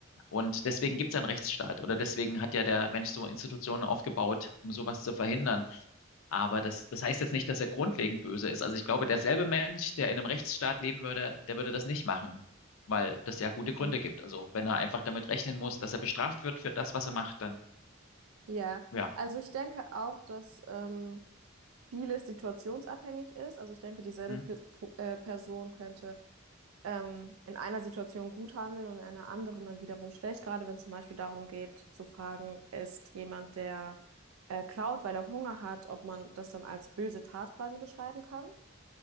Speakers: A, on the left; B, on the right.
A: Und deswegen gibt es ja einen Rechtsstaat oder deswegen hat ja der Mensch so Institutionen aufgebaut, um sowas zu verhindern. Aber das, das heißt jetzt nicht, dass er grundlegend böse ist. Also ich glaube, derselbe Mensch, der in einem Rechtsstaat leben würde, der würde das nicht machen, weil das ja gute
B: mhm.
A: Gründe gibt. Also wenn er einfach damit rechnen muss, dass er bestraft wird für das, was er macht, dann
B: Ja,
A: ja.
B: also ich denke auch, dass ähm, vieles situationsabhängig ist. Also ich denke, dieselbe
A: Hm.
B: Pe Po- äh, Person könnte ähm, in einer Situation gut handeln und in einer anderen dann wiederum schlecht. Gerade wenn es zum Beispiel darum geht, zu fragen, ist jemand, der äh, klaut, weil er Hunger hat, ob man das dann als böse Tat quasi beschreiben kann.